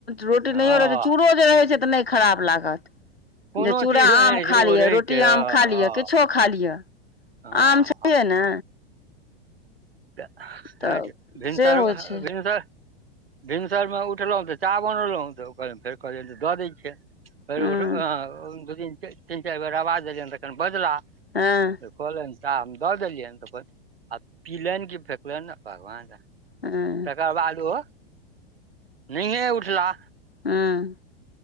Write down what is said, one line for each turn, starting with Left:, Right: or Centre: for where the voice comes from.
Left: रोटी
Right: हँ
Left: नहियो रहैत छै, चूरो जे रहै छै तऽ नहि खराब लागत।
Right: कोनो
Left: जे चूड़ा
Right: चीज नहि
Left: आम
Right: रहै
Left: खा
Right: छै ओ
Left: लिअ,
Right: रहै
Left: रोटी
Right: छै हँ
Left: आम खा लिअ, किछो खा लिअ।
Right: हँ
Left: आम छैेये
Right: हँ
Left: ने।
Right: त ह
Left: तऽ
Right: भिनसर
Left: से होइ छै
Right: भिनसर भिनसरमे उठलहुँ तऽ चाह बनलहुँ, तऽ ओ कह फेर कहलियनि तऽ दऽ दै छियनि।
Left: हँ
Right: द तीन चार बेर, आवाज देलियैन तखन बजला।
Left: हँ।
Right: तऽ कहलनि चाह हम दऽ देलियनि, तऽ अपन आ पिलनि, कि फेकलनि, भगवान जाने।
Left: हुँ।
Right: तकर बाद ओ, नहिये उठला।
Left: हँ